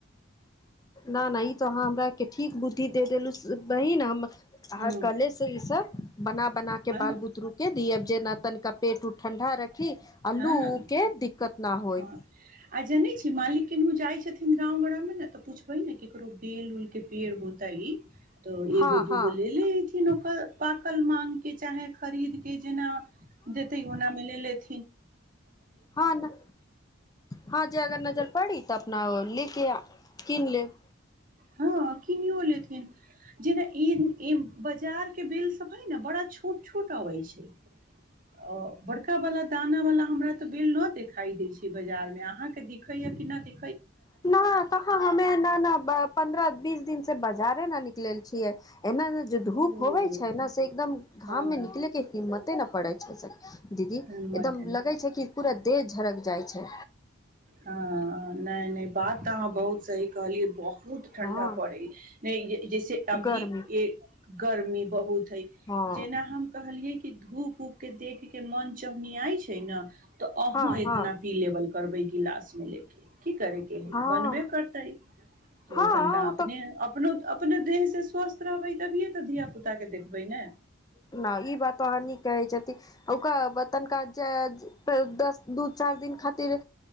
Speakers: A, on the left; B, on the right.
A: न न इ त अहां हमरा के ठीक बुद्धि द देलु बहिन, हम
B: हूँ
A: आर कल्हे से ई सब बना-बना के
B: हँ
A: बाल बुतरु के दियब, जेना तनका पेट उट ठंडा रख खी अ
B: हँ
A: लू उ के दिक्कत ना होय।
B: हँ आ जनै छी मालिक किन्हु जाय छथिन गाँव बड़ा मे ना तऽ पूछबे ने केकरो बेल-उल के पेड़ होतए ते एगो,
A: हँ
B: दूगो
A: हँ
B: लेे ले ए किन ओकर पाकल मांग के चाहे खरीद के जेना देते ओना मे ले लेत
A: हाँ नै हाँ जे अगर नजर पड़ी तऽ अपना लेके या किन लेब।
B: हाँ किनियौ लेथिन जे ने ई ई बजार के बेल सब हय ना बड़ा छोट-छोट आवे छै अ बड़का बला दाना वाला हमरा ते बेल न देखाई दे छै बजार मे, अहाँ के दिखै या कि ना दि
A: ना कहाँ हमे इन्ने न अ पन्द्रअ बीस दिन से बजारे ना निक लेल छियै। एना ने जो धूप
B: ओ
A: होवे छै ने से एकदम
B: हँ
A: घाम में निकले के हिम्मते ना पड़े छै से दीदी एकदम
B: हिम्मत
A: लगे छै की पूरा देह झरक जाय छै।
B: हाँ नै नै बात त अहाँ बहुत सही कहलियै ब हुत ठंडा
A: हँ
B: पड़ै नै ये जैसे अभी
A: गर्मी
B: ए गर्मी बहुत हय,
A: हँ
B: जेना हम कहलियै ई धूप-उप के देख के मन चोन्हिया छै न। तऽ अहों
A: हँ
B: एतना
A: हँ
B: पी लेबल करबै गिलास मे लेके। की करै के हय,
A: हँ
B: बनबे करतै तो
A: हँ
B: तनका
A: ओ
B: अपने
A: तऽ
B: अपनो अपने देह से स्वस्थ रहबै तभिये ते धिया पुता के देखबै ने।
A: नहि ई बात वहाँ न कहै छथिन ओक तनिका जे दस दू चार दिन खातिर